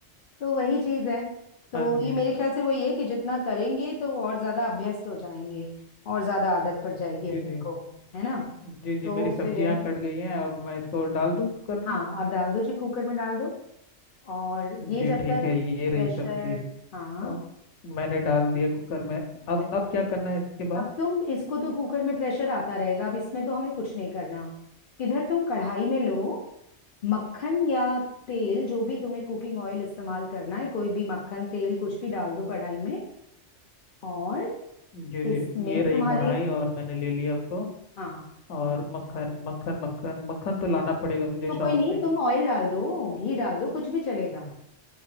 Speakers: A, on the left; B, on the left.
A: तो वही चीज है तो
B: हाँ जी
A: ये
B: हाँ
A: मेरे ख्याल से वही है कि जितना करेंगे तो और ज्यादा अभ्यस्त हो जाएंगे और ज्यादा आदत पड़ जाएगी
B: जी
A: अपने
B: जी
A: को है ना
B: जी जी जी
A: तो
B: मेरी सब्जियां
A: फिर
B: कट गई हैं अब मैं इसको डाल दूं कुकर
A: हाँ
B: में
A: आप डाल दो जी कुकर में डाल दो और ये
B: जी
A: जब
B: ठीक
A: तक
B: है ये रही
A: प्रेशर
B: सब्जी
A: हाँ
B: अब मैंने डाल दिया कुकर में अब
A: right.
B: अब क्या करना है इसके बाद
A: अब तुम इसको तो कुकर में प्रेशर आता रहेगा अब इसमें तो हमें कुछ नहीं करना इधर तुम कढ़ाई में लो मक्खन या तेल जो भी तुम्हें कुकिंग ऑयल इस्तेमाल करना है कोई भी मक्खन तेल कुछ भी डाल दो कढ़ाई में और
B: जी
A: इसमें
B: जी ये रही
A: तुम्हारे
B: कढ़ाई और मैंने ले लिया उसको
A: हाँ
B: और मक्खन मक्खन मक्खन मक्खन तो लाना पड़ेगा मुझे
A: तो
B: शॉप
A: कोई नहीं
B: से
A: तुम ऑयल डाल दो घी डाल दो कुछ भी चलेगा